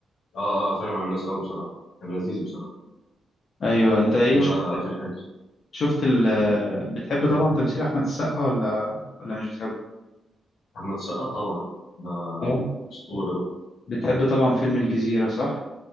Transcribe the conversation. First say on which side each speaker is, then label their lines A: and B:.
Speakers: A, on the left; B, on the left.
A: اه اه فارق مع الناس أوي بصراحة كان لذيذ بصراحة
B: ايوه انت ايه
A: ده
B: شفت
A: آخر حاجة
B: شفت ال آه، بتحب طبعا تمثيل احمد السقا ولا ولا مش بتحبه
A: أحمد السقا طبعا ده
B: اه
A: أسطورة ده
B: بتحب طبعا فيلم الجزيره صح